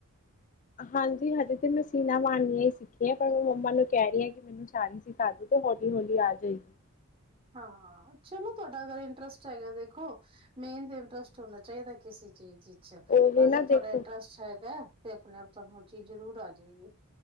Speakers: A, on the left (about 35°); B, on the right (about 25°).
A: ਹਾਂਜੀ ਹਜੀ ਤੇ ਸੀਨਾ ਮਾਰ ਨੀਆਂ ਈ ਸਿੱਖੀਆਂ ਪਰ ਮੈਂ ਮੰਮਾ ਨੂੰ ਕੈ ਰੀ ਆ ਕਿ ਮੈਨੂੰ ਸਾਰੀ ਸਿਖਾ ਦੋ ਤੇ ਹੌਲੀ ਹੌਲੀ ਆ ਜੇਗੀ ।
B: ਹਾਂ ਚਲੋ ਤੁਹਾਡਾ ਅਗਰ ਇੰਟਰਸਟ ਹੈਗਾ ਦੇਖੋ ਮੇਨ ਤੇ ਇੰਟਰਸਟ ਹੋਣਾ ਚਾਹੀਦਾ ਕਿਸੇ ਵੀ ਚੀਜ ਚ
A: ਉਹ ਵੀ
B: ਅਗਰ
A: ਨਾ
B: ਤੁਹਾਡਾ
A: ਦੇਖੋ
B: ਇੰਟਰਸਟ ਹੈਗਾ ਤੇ ਅਪਨੇ ਆਪ ਤੁਹਾਨੂੰ ਓ ਚੀਜ਼ ਜ਼ਰੂਰ ਆਜੇਗੀ।